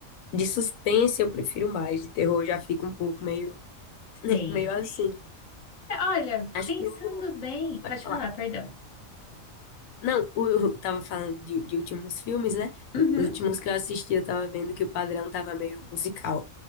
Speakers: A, on the left; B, on the left.
A: de suspense eu prefiro mais, de terror eu já fica um pouco meio,
B: <laughs>
A: <laughs>
B: sim.
A: meio assim.
B: Olha,
A: Acho
B: pensando
A: que o-
B: bem,
A: pode
B: pode
A: falar.
B: falar, perdão.
A: Não, o- <laughs> eu tava falando de, de últimos filmes, né?
B: Uhum.
A: Os últimos que eu assisti, eu tava vendo que o padrão tava meio musical.